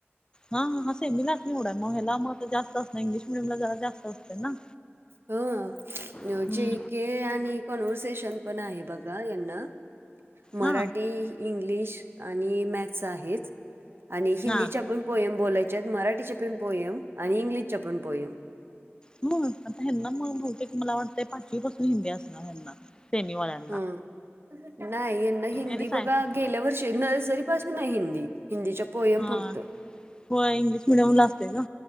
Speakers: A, on the left (about 20°); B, on the right (about 60°).
A: हा ह हा सेमीलाच निवढा लाय मग जास्त असत इंग्लिश मिडियमला जरा जास्त असते ना
B: ह
A: हम्म
B: जे के आणि कॉन्व्हर्सेशन पण आहे बघा यांना मराठी
A: हा
B: इंग्लिश आणि मॅथस आहेच आणि हिंदीच्या
A: हा
B: पण पोईम बोलायच्यात मराठीच्या पण पोएम आणि इंग्लिशच्या पण पोयम
A: <unintelligible> हेना बहुतेक हो मला वाटतं पाचवी पासून हिंद असणार हना सेमीवाल्या
B: हा नाही यांना हिंदी
A: आणि
B: बघा
A: सायन्स
B: गेल्यावरर्ष <unintelligible> च नर्सरी पासून हाय हिंदी हिंदीच्या पोयम
A: हा
B: फक्त
A: हो इंग्लिश मिडियम ला असते का